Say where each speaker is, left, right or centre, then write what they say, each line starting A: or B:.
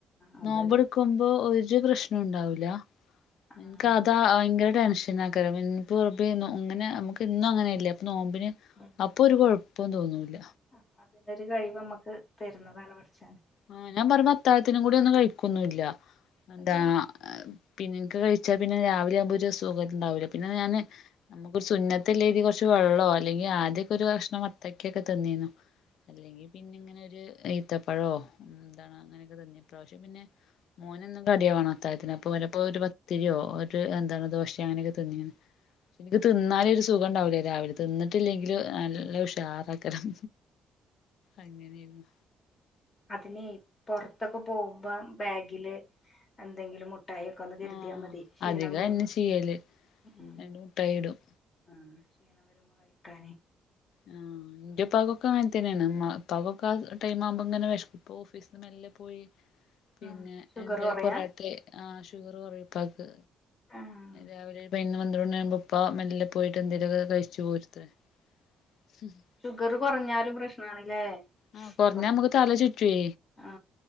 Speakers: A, on the left (about 35°); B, on the left (about 75°).
A: അതൊരു
B: നോമ്പടുക്കുമ്പോ ഒരു പ്രശ്നംണ്ടാവൂല എനിക്ക്
A: ആഹ്
B: അതാ ഭയങ്കര ടെൻഷൻ ാക്കര ഇന്നപ്പോ ഇങ്ങനെ നമുക്ക് ഇന്നും അങ്ങനെല്ലേ അപ്പൊ നോമ്പിന്
A: ഉം
B: അപ്പൊ ഒരു കെഴപ് പ്പും തോന്നൂല്ല
A: അപ്പൊ അതിന്റെ ഒരു കഴിവ് നമ്മുക്ക് തരുന്നതാണ് പടച്ചോൻ
B: ആ ഞാൻ പറയുമ്പോ അത്താഴത്തിനും കൂടി ഒന്നും കഴിക്കൊന്നുല്ല എന്താ
A: അതെ
B: പിന്നെന്ക്ക് കഴിച്ചാൽ പിന്നെ രാവിലെ ആവുമ്പോൾ ഒരു സുഖംണ്ടാവൂല്ല പിന്നെ ഞാന് നമുക്ക് സുന്നത്തല്ല കുറച്ച് വെള്ളോ അല്ലെങ്കിൽ ആദ്യക്കെ ഒരു കഷ്ണം വത്തയ്ക്കൊക്കെ തിന്നിനി അല്ലെങ്കിൽ പിന്നെ ഇങ്ങനെ ഒരു ഈത്തപ്പഴോ എന്തണോ അങ്ങനെയൊക്കെ തന്നെ ഇപ്രാവശ്യം പിന്നെ മോനന്നും കടിയാ വേണം അത്തായത്തിന് അപ്പ ചെലപ്പോ ഒരു പത്തിരിയോ ഒരു എന്താണ് ദോശ അങ്ങനെയൊക്കെ തിന്നീനി
A: <inaudible>
B: ഇന്ന്ക്ക് തിന്നാലേ ഒരു സുഖം ഉണ്ടാവൂല്ലേ രാവി തിന്നിട്ടില്ലെങ്കും നല്ല ഉഷാറക്കാരം അങ്ങനെയരുന്നു
A: അതിനെ പുറത്തൊക്കെ പോകുമ്പോ ബാഗില് എന്തെങ്കിലും മുട്ടായി ഒന്ന് കരുതിയാൽ
B: ആഹ്
A: മതി ക്ഷീണം
B: അധികം
A: വരുമ്പോ
B: അയെന്നെ ചെയ്യല്
A: ഉം
B: രണ്ട് മുട്ടായി ഇടും
A: ആ നെണ വരുമ്പോ കഴിക്കാൻ
B: ആഹ എന്റെ പകൊക്കെ അങ്ങന് തന്നെയാണ് പകൊക്കെ ടൈം ആവുമ്പോ ഇങ്ങനെ വെശ്പ്പ് ഓഫീസ് പോയി പിന്നെ
A: ആഹ് ഷുഗർ
B: <unintelligible>
A: കുറയാ
B: പൊറാട്ടെ ആ ഷുഗർ കുറയും ഉപ്പാക്ക്
A: ആഹ്
B: രാവിലെ പതിനൊന്ന് പന്ത്രണ്ട് മണി ആവുമ്പോ ഉപ്പ മെല്ല പോയിട്ട്ന്തേലുമൊക്കെ കഴിച്ചു പോരുത്രേ <unintelligible>
A: ഷുഗർ കുറഞ്ഞാലും പ്രശ്നാണ്ല്ലേ
B: ആഹ് കൊറഞ്ഞാ
A: കൊറ്
B: നമുക്ക് തല ചുറ്റുവേ
A: ആ